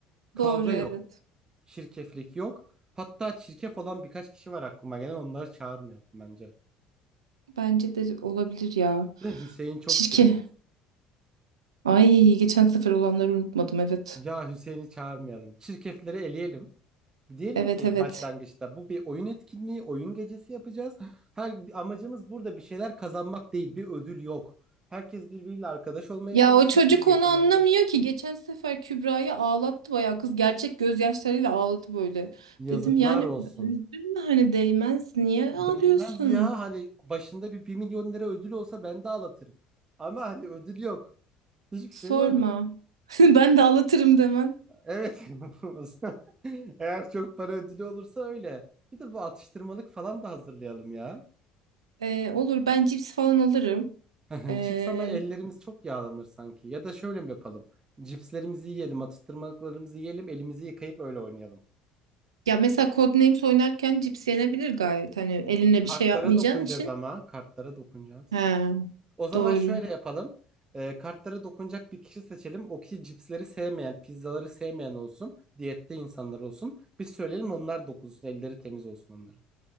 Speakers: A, on the right; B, on the right.
A: Kavga
B: Doğru evet.
A: yok, şirkeflik yok. Hatta çirkef olan birkaç kişi var aklıma gelen onları çağırmayalım bence.
B: Bence de olabilir ya.
A: <laughs> De Hüseyin çok
B: Çirkin.
A: çirkef.
B: Ay geçen sefer olanları unutmadım evet.
A: Ya Hüseyin'i çağırmayalım. Çirkefleri eleyelim. Diyelim
B: Evet
A: ki
B: evet.
A: başlangıçta bu bir oyun etkinliği, oyun gecesi yapacağız. Her amacımız burada bir şeyler kazanmak değil, bir ödül yok. Herkes birbiriyle arkadaş olmaya
B: Ya
A: çalışsın,
B: o çocuk
A: iyi geçirmeye
B: onu anlamıyor
A: çalışsın.
B: ki. Geçen sefer Kübra'yı ağlattı bayağı kız gerçek gözyaşlarıyla ağladı böyle.
A: Yazıklar
B: Dedim yani
A: olsun.
B: üzülme hani değmez niye ağlıyorsun?
A: Değmez ya hani başında bir 1 milyon lira ödül olsa ben de ağlatırım. Ama hani ödül yok. Hiçbir şey
B: Sorma.
A: yok.
B: <laughs> Ben de ağlatırım demen.
A: Evet. <laughs> Eğer çok para ödülü olursa öyle. Bir de bu atıştırmalık falan da hazırlayalım ya.
B: Ee, olur ben cips falan alırım.
A: <laughs>
B: Ee,
A: Cips ama ellerimiz çok yağlanır sanki. Ya da şöyle mi yapalım? Cipslerimizi yiyelim, atıştırmalıklarımızı yiyelim, elimizi yıkayıp öyle oynayalım.
B: ya mesela Codenames oynarken cips yenebilir gayet. Hani eline
A: Kartlara
B: bir şey yapmayacağın
A: dokunacağız
B: için.
A: ama. Kartlara dokunacağız.
B: He,
A: O zaman
B: doğru.
A: şöyle yapalım. Ee, kartlara dokunacak bir kişi seçelim. O kişi cipsleri sevmeyen, pizzaları sevmeyen olsun. Diyette insanlar olsun. Biz söyleyelim onlar dokunsun. Elleri temiz olsun onların.